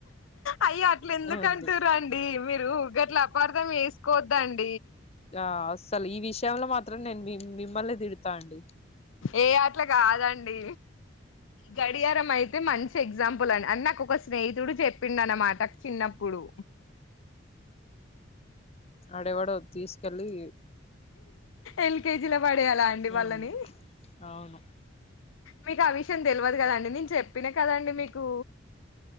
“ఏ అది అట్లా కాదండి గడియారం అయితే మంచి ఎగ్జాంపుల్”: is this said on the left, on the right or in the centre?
Left